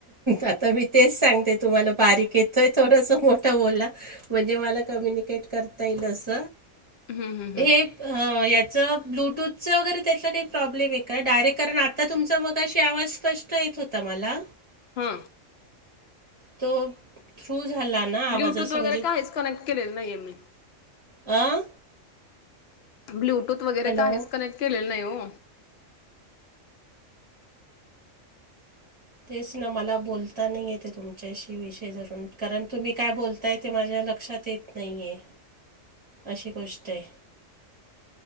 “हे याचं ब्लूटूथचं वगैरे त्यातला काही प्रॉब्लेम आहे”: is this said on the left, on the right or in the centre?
Right